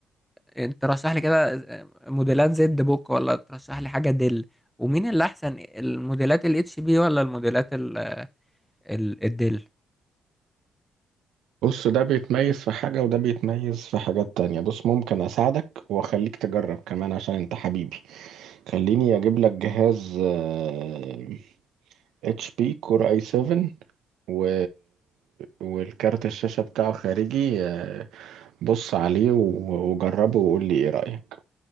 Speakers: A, in the centre; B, on the right.
A: آه، ترشح لي كده آه، موديلات زد بوك ولا ترشح لي حاجة دل ومين اللي احسن الموديلات الاتش بي ولا الموديلات ال- الدل
B: بص ده بيتميز في حاجة وده بيتميز في حاجات تانية بص ممكن أساعدك وأخليك تجرب كمان عشان أنت حبيبي خليني أجيب لك جهاز آه، اتش بي كور اي 7 و... والكارت الشاشة بتاعه خارجي آه، بص عليه و- وجربه وقول لي ايه رأيك